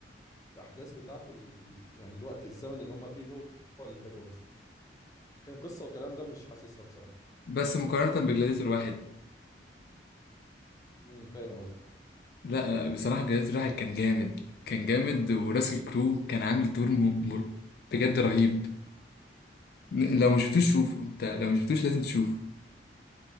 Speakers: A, on the left; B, on the left.
A: الاحداث بتاعته ال... ال- يعني الوقت الزمن اللي هم فيه هو هو اللي حلو بس لكن قصه والكلام ده مش حاسسها بصراحه
B: بس مقارنه بجلاديتور واحد
A: امم فاهم قصدي
B: لا لا بصراحه جلاديتور واحد كان جامد كان جامد وراسل كرو كان عامل دور م... م... بجد رهيب ن- لو ما شفتوش
A: امم
B: شوفه انت لو ما شفتوش لازم تشوفه